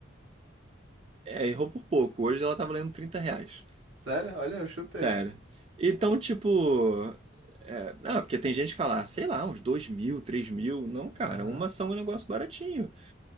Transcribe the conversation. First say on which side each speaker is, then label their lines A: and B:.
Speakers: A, on the right; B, on the right.
A: É, errou por pouco. Hoje ela tá valendo 30 reais.
B: Sério? Olha, eu chutei.
A: Sério. Então, tipo. É, não, porque tem gente que fala, ah, sei lá, uns 2 mil, 3 mil. Não, cara,
B: <laughs> Aham.
A: uma ação é um negócio baratinho.